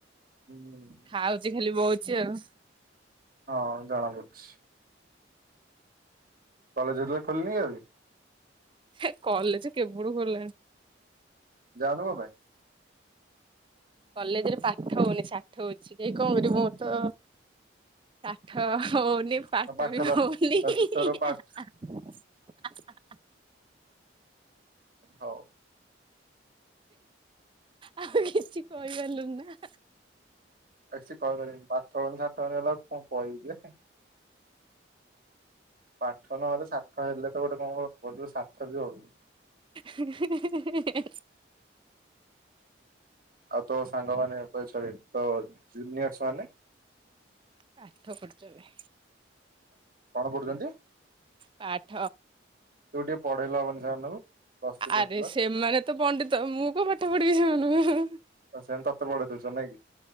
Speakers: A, on the right; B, on the right.
A: ହୁଁ।
B: ଖାଉଚି ଖାଲି ବୋଉଚି ଆଉ।
A: ହଁ ଜଣା ପଡୁଛି। କଲେଜ ଏରିଆ ଖୋଲିନି ଏବେ?
B: ଏ କଲେଜ କେବେଠୁ ଖୋଲିଲାଣି।
A: ଯାଉନୁ କଁ ପାଇଁ?
B: କଲେଜରେ ପାଠ ହଉନି ସାଠ ହଉଛି ଯାଇ କଣ କରିବୁ ମୋ ତ ଷାଠ ହଉନି ପାଠ
A: ଆଉ
B: ବି
A: ତ
B: ହଉନି। ହା
A: ତୋ ତୋର ପାଠ
B: ହା ହା ହା।
A: ହଉ।
B: ଆଉ କିଛି କହିପାରିଲୁ ନା।
A: କିଛି କହିପାରିବିନି ପାଠ ହଉନି ସାଠ ହଉନି ହେଲାକୁ କଣ କହିବି ଯେ। ପାଠ ନହେଲେ ଷାଠ ହେଲେ ତ ଗୋଟେ କଣ କରିବ ଷାଠବି ହେଉନି।
B: ହିଁ ହିଁ ହିଁ ହିଁ।
A: ଆଉ ତୋ ସାଙ୍ଗମାନେ <unintelligible> ତୋ ଜୁନିୟର୍ସ ମାନେ।
B: ପାଠ ପଢୁଛନ୍ତି।
A: କଣ ପଢୁଛନ୍ତି
B: ପାଠ
A: ତୁ ଟିକେ ପଢେଇଲେ ହେବନି ସେମାନଙ୍କୁ। ପ୍ଲସ ଥ୍ରୀ ପଢୁଥିଲ
B: ଆରେ ସେମାନେ ତ ପଣ୍ଡିତ ମୁଁ କଣ ପାଠ ପଢିବି ସେମାନଙ୍କୁ।
A: ଆଉ ସେମ୍ ତତେ ପଢେଇ ଦଉଛନ୍ତି ନାଇଁ କି।